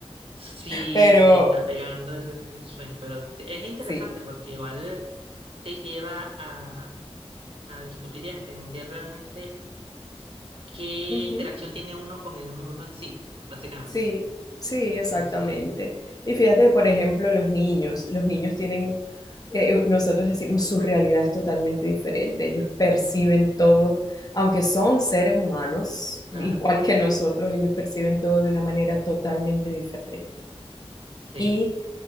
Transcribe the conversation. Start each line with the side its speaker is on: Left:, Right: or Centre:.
Right: Sí,
Left: Pero
Right: sí, está pegando el, el sueño, pero t- es interesante
Left: sí,
Right: porque igual te lleva a, a discutir y a entender realmente qué
Left: ujú,
Right: interacción tiene uno con el mundo en sí, básicamente.
Left: Sí, sí, exactamente.
Right: Entonces...
Left: Y fíjate, por ejemplo, los niños. Los niños tienen, eh, nosotros decimos, su realidad es totalmente diferente. Ellos perciben todo, aunque son seres humanos,
Right: Claro,
Left: igual que nosotros, ellos perciben todo de una manera totalmente diferente.
Right: sí,
Left: Y